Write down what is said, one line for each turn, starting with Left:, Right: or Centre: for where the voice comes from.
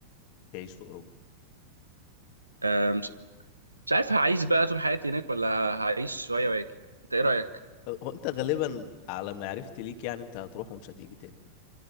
Left: تعيش في اوروبا
Right: آه، مش مش عارف هعيش بقى طول حياتي هناك ولا هعيش شويه واجي انت ايه رايك
Left: آه، هو انت غالبا على معرفتي ليك يعني انت هتروح ومش هتيجي تاني